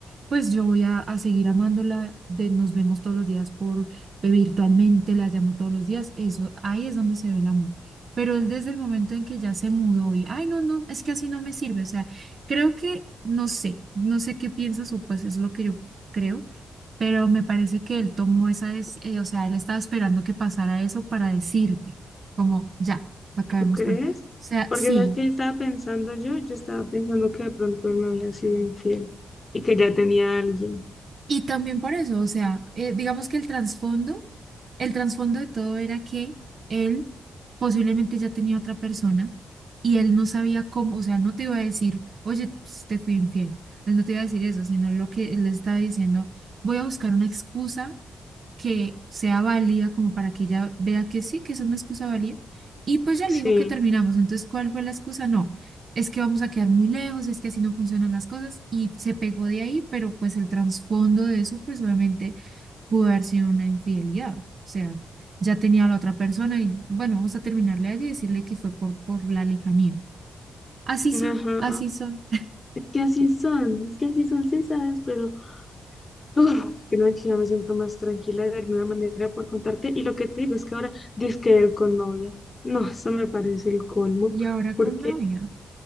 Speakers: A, on the right; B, on the left.
A: Pues yo voy a, a seguir amándola, de, nos vemos todos los días por eh, virtualmente, la llamo todos los días, eso, ahí es donde se ve el amor. Pero él desde el momento en que ya se mudó y, ay, no, no, es que así no me sirve, o sea, creo que, no sé, no sé qué piensas o pues es lo que yo creo, pero me parece que él tomó esa, des- eh, o sea, él estaba esperando que pasara eso para decirte, como, ya, acabemos
B: ¿Tú crees?
A: con, o sea,
B: Porque
A: sí.
B: sabes que yo estaba pensando yo, yo estaba pensando que de pronto él me había sido infiel y que ya tenía a alguien.
A: Y también por eso, o sea, eh, digamos que el trasfondo, el trasfondo de todo era que él posiblemente ya tenía otra persona y él no sabía cómo, o sea, él no te iba a decir, oye, pues, te fui infiel. Él no te iba a decir eso, sino lo que él estaba diciendo, voy a buscar una excusa que sea válida como para que ella vea que sí, que es una excusa válida. Y pues ya
B: Sí.
A: le digo que terminamos. Entonces, ¿cuál fue la excusa? No, es que vamos a quedar muy lejos, es que así no funcionan las cosas y se pegó de ahí, pero pues el trasfondo de eso, pues obviamente pudo haber sido una infidelidad. O sea, ya tenía a la otra persona y bueno, vamos a terminarle allí y decirle que fue por, por la lejanía. Así
B: Ajá.
A: son, así son.
B: Es que así son, es que así son cesadas, pero uf, que no, que ya me siento más tranquila de alguna manera por contarte. Y lo que te digo es que ahora dizque él con novia. No, eso me parece el colmo,
A: Y ahora con
B: porque
A: novia.